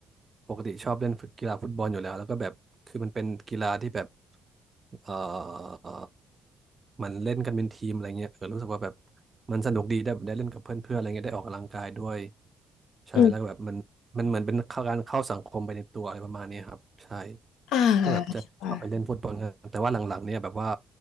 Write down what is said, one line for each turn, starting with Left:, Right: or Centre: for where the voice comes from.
Right: ปกติชอบเล่นกีฬาฟุตบอลอยู่แล้วแล้วก็แบบคือมันเป็นกีฬาที่แบบเอ่อ อเมันเล่นกันเป็นทีมอะไรเงี้ยเออรู้สึกว่าแบบมันสนุกดีได้แบบได้เล่นกับเพื่อนๆอะไรเงี้ยได้ออกกำลังกายด้วยใช่แล้วก็แบบมันมันเหมือนเป็นเข้าการเข้าสังคมไปในตัวอะไรประมาณนี้ครับใช่
Left: อืมอ่า
Right: ก็แบบจะชอบไปเล่นฟุตบอลกันแต่ว่าหลังๆเนี่ยแบบว่า
Left: ค่ะ